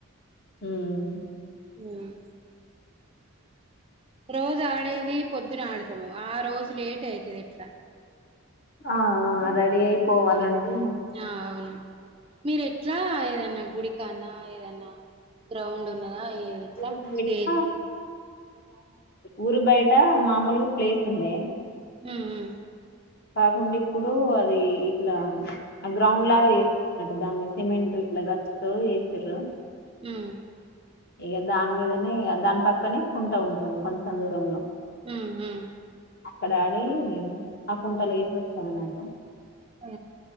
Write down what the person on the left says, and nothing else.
ఉమ్
ఆ రడీ అయిపోవాలంటె
ఊరి బయట
ఊరు బయట మామూలుగా ప్లేస్ ఉండే
కాకుండా ఇప్పుడు అది ఇట్లా ఆ గ్రౌండ్ లాగా చే అంటే దాన్ని సిమెంట్ ఇట్లా గచ్చుతూ చేసిర్రు
ఇగ దాని మీదనే ఇగ దాని పక్కనే కుంటా ఉంటుంది కొంచెం దూరంలో
అక్కడ ఆడి ఆ కుంటలు ఏసీ వస్తాం అన్నట్టు